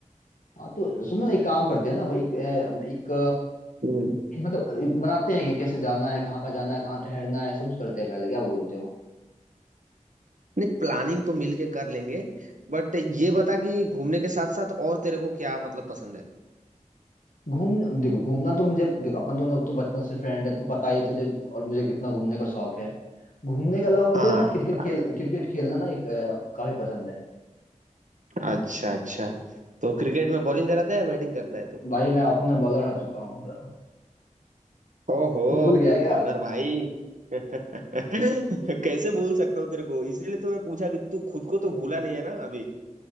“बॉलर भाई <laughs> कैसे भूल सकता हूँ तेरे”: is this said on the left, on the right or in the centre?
Right